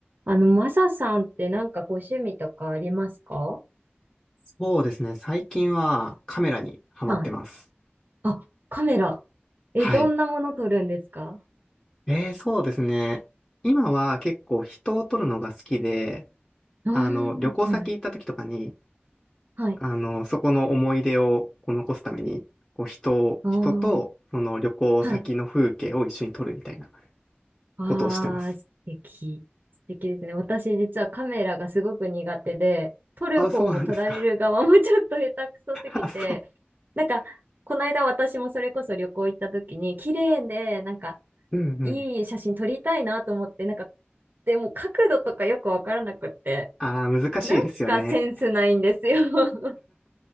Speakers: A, on the right (about 55°); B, on the left (about 20°).
A: あの、マサさんってなんかご趣味とかありますか
B: そうですね。最近はカメラにハマってます。
A: はい。あ、カメラ。え、
B: はい。
A: どんなもの撮るんですか
B: えー、そうですね。今は結構人を撮るのが好きで、
A: ああー、
B: あの、旅行先行った時とかに、
A: はい。はい。
B: あの、そこの思い出をこう残すために、こう人を、
A: ああ、
B: 人とその旅行先の風景を一緒に撮るみたいな
A: はい。ああ、
B: ことをしてます。
A: 素敵。素敵ですね。私実はカメラがすごく苦手で、撮る方も撮られる側も
B: あ、そうなんですか。
A: <laughs> ちょっと下手くそすぎて、
B: <laughs> あ、そう。
A: なんか、この間私もそれこそ旅行行った時に、綺麗で、なんか、
B: うんうん。
A: いい写真撮りたいなと思って、なんか、でも角度とかよくわからなくって、
B: あー、難しいですよね。
A: なんかセンスないんですよ。<laughs>